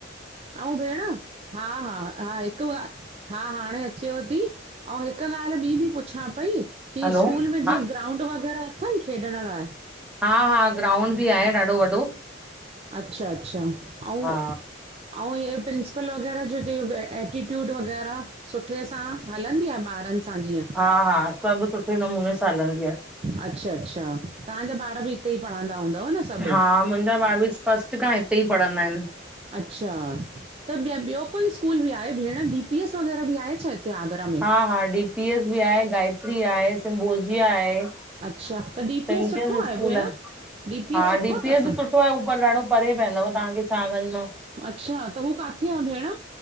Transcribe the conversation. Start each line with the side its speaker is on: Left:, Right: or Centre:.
Right: ऐं भेण? हां, हां, हां हिकु वा, हां, हाणे अचेव थी? ऐं हिक ॻाल्हि ॿी बि पुछां पई? की
Centre: हलो
Right: स्कूल में जीअं
Centre: हा
Right: ग्राउंड वग़ैरह अथनि खेॾण लाइ?
Centre: हां, हां, ग्राउंड बि आहे ॾाढो वॾो।
Right: अच्छा, अच्छा। ऐं
Centre: हा
Right: ऐं इहे प्रिंसिपल वग़ैरह जो जीअं एटीट्यूड वग़ैरह सुठे सां? हलंदी आ ॿारनि सां जीअं?
Centre: हा-हा। सभु सुठे नमूने सां हलंदी आ।
Right: अच्छा-अच्छा। तांजा ॿारि बि हिते ई पढ़ंदा हूंदव न सभु?
Centre: हा मुंहिंजा ॿारि बि फर्स्ट खां हिते ई पढ़ंदा आहिनि।
Right: अच्छा, त ॿि ॿियो कोई स्कूल बि आहे भेण, डी पी एस वग़ैरह बि आहे छा हिते आगरा में?
Centre: हा हा, डी पी एस बि आहे, गायत्री आहे, सिम्बोजिया आहे।
Right: अच्छा, त डी पी
Centre: चैंपियंस
Right: एस सुठो आहे
Centre: स्कूल
Right: भेण? डी पी
Centre: हा
Right: एस सुठो
Centre: डीपीएस
Right: अथसि?
Centre: बि सुठो आहे पर ॾाढो परे पवंदव तव्हांखे शाहगंज मां।
Right: अच्छा, त हू काथे आ भेण?